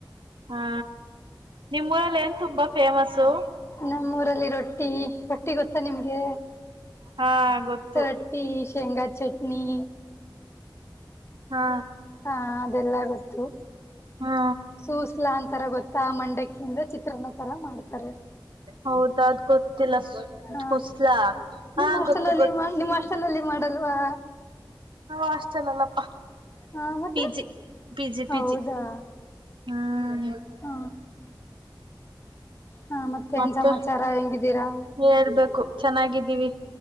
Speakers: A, on the right; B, on the left.
A: ಹ ನಿಮ್ ಊರಲ್ಲಿ ಏನ್ ತುಂಬಾ ಫೇಮಸು
B: ನಮ್ಮ ಊರಲ್ಲಿ ರೊಟ್ಟಿ ರೊಟ್ಟಿ ಗೊತ್ತಾ ನಿಮ್ಗೆ
A: ಹಾ ಗೊತ್ತು
B: ರೊಟ್ಟಿ ಶೇಂಗಾ ಚಟ್ನಿ
A: ಹಾ
B: ಹಾ ಅದೆಲ್ಲಾ ಗೊತ್ತು
A: ಹಾ
B: ಸೂಸ್ಲಾ ಅಂತರ ಗೊತ್ ತ ಮಂಡಕ್ಕಿ ಚಿತ್ರನ್ನ ತರ ಮಾಡ್ತಾರೆ
A: ಹೌದ ಅದ್ ಗೊತ್ತಿಲ್ಲ
B: ಹ
A: ಹುಸ್ಲಾ ಹಾ
B: ನಿಮ್ಮ
A: ಗೊತ್ತು
B: ಅಲ್ಲಿ ನಿಮ್ಮ ಅಷ್ಟಲ್ಲಿ ಮಾಡಲು ಹಾ
A: ಹ ಅಷ್ಟ್ ಚಲ್ಲಲ್ಲಪ್ಪ
B: ಹ ಮತ್ತೆ
A: ಪಿಜಿ ಪಿಜಿ ಪಿಜಿ
B: ಹೌದಾ
A: ಹ್ಮ <inaudible>
B: ಹ ಹ ಮತ್ತೇನ್
A: ಮತ್ತೆ
B: ಸಮಾಚಾರ ಹೆಂಗಿದ್ದೀರಾ
A: ಹೇಳ್ಬೇಕು ಚೆನ್ನಾಗಿದ್ದೀವಿ